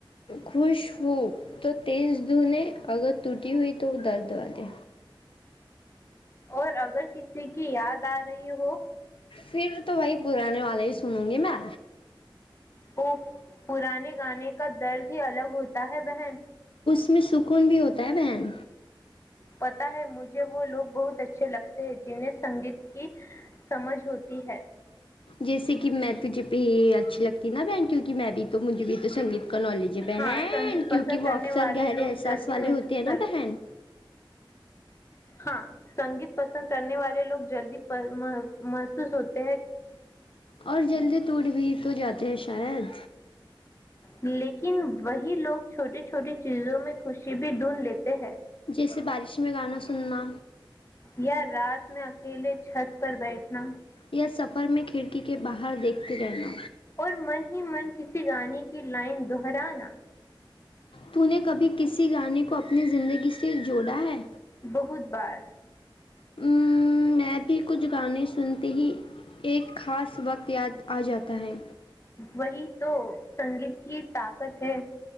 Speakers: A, on the left; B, on the left.
A: خوش ہووں تو تیز دھنے اگر ٹوٹی ہوئی تو وہ درد ہو دے
B: اور اگر کسی کی یاد آ رہی ہو
A: پھر تو بھائی پرانے والے ہی سنوں گی میں
B: وہ پرانے گانے کا درد ہی الگ ہوتا ہے بہن
A: اس میں سکون بھی ہوتا ہے بہن
B: پتا ہے مجھے وہ لوگ بہت اچھے لگتے ہیں جنہیں سنگیت کی سمجھ ہوتی ہے
A: جیسے کہ میں تجھے پہ اچھی لگتی نا بن کیونکہ میں بھی تو مجھے بھی تو سگیت ک لو لیجے بہن
B: ہاں سنگیت پسند
A: کیونکہ وہ
B: کرنے
A: اکثر
B: والے
A: گہرے
B: لوگ
A: احساس
B: جلدی
A: والے
B: محظوظ
A: ہوتے ہیں
B: کرتے
A: نا بہن
B: ہاں سنگیت پسند کرنے والے لوگ جلدی محسوس ہوتے ہیں
A: اور جلدی ٹوٹ بھی تو جاتے ہیں شاید
B: لیکن وہی لوگ چھوٹے چ چھوٹی چیزوں میں خوشی بھی ڈھونڈ لیتے ہیں
A: جیسے بارش میں گانا سننا
B: یا رات میں اکیلے چھت پر بیٹھنا
A: یا سفر میں کھڑکی کے باہر دیکھتے رہنا
B: اور من ہی من کسی گانے کی لائن دہرانا
A: تو نے کبھی کسی گانے کو اپنی زندگی سے جوڑا ہے
B: بہت بار
A: میں بھی کچھ گانے سنتے ہی ایک خاص وقت یاد آ جاتا ہے
B: وہی تو سنگیت کی طقت سھ